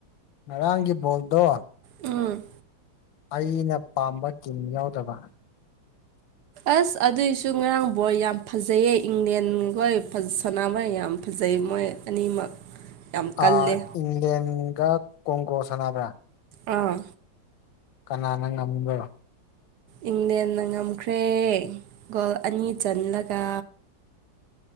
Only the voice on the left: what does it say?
ꯉꯔꯥꯡꯒꯤ ꯕꯣꯜꯗꯣ
ꯑꯩꯅ ꯄꯥꯝꯕ ꯇꯤꯝ ꯌꯥꯎꯗꯕ
ꯑ ꯏꯪꯂꯦꯟꯒ ꯀꯣꯡꯒꯣ ꯁꯥꯟꯅꯕ꯭ꯔꯥ
ꯀꯅꯥꯅ ꯉꯝꯈ꯭ꯔꯣ